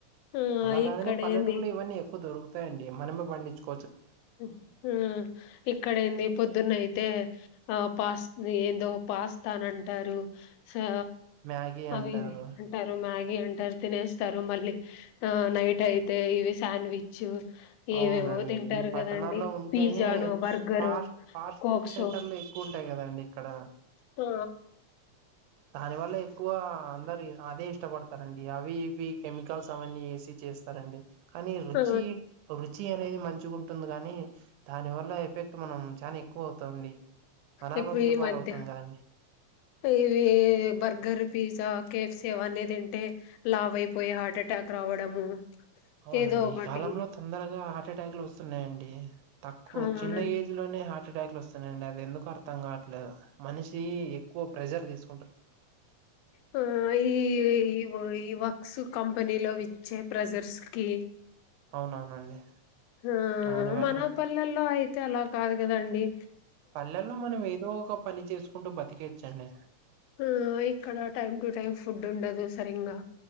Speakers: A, on the left; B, on the right.
A: ఆ
B: అలాగాదనీ
A: ఇక్కడ
B: పల్లెటూలో
A: ఏంది
B: ఇవన్నీ ఎక్కువ దొరుకుతాయండి మనమే పండించుకో
A: ఊమ్ ఇక్కడ ఏంది పొద్దున్న అయితే ఆ పాస్ ది ఏందో పాస్తానంటారు సా
B: మ్యాగీ
A: అవి
B: అంటారు
A: ఇవి అంటారు మాగీ అంటారు తినేస్తారు మళ్ళీ ఆ నైట్ అయితే ఇవి శాండ్విచ్ ఏవేవో
B: అవునండి
A: తింటారు
B: పట్టణాల్లో
A: కదండి
B: ఉంటేనే
A: పిజ్జాను burger
B: fast fast
A: cokes
B: food సెంటర్లు ఎక్కువ ఉంటాయి గదండి ఇక్కడ
A: ఆ
B: దానివల్ల ఎక్కువ అందరు అదే ఇష్టపడతారండి అవి ఇవి కెమికల్స్ అవన్నీ ఎసి చేస్తారండి కానీ రుచి
A: ఆ
B: రుచి అనేది మంచిగా ఉంటుంది గనీ దాని వల్ల ఎఫెక్ట్ మనం చానా ఎక్కువ అవుతమండీ అనారోగ్యపాల
A: ఇప్పుడు ఈ మధ్య
B: అవుతాం గదండి
A: ఇవి burger pizza K F C అవన్నీ తింటే లావ్ అయిపోయే హార్ట్ అటాక్ రావడము
B: అవునండి
A: ఏదో ఒకటి
B: ఈ కాలంలో తొందరగా హార్ట్ అటాక్లు వస్తున్నాయండి తక్కువ
A: అవునండి
B: చిన్న ఏజ్ లోనే హార్ట్ అటాక్లు వస్తున్నాయండి అది ఎందుకు అర్థం గవట్లేదు మనిషి ఎక్కువ ప్రెషర్ తీసుకు
A: హ ఇ ఇవ ఇవ క్స్ కంపెనీలో విచ్చే ప్రెజర్స్ క్కి
B: అవునవునండి
A: హా
B: దాని వల్ల
A: మన పల్లెల్లో అయితే అలా కాదు గదండి
B: పల్లెల్లో మనం ఏదో ఒక పని చేస్కూంటూ బతికేచ్చండి
A: హా ఇక్కడ టైమ్ టు టైమ్ ఫుడ్ ఉండదు సరింగా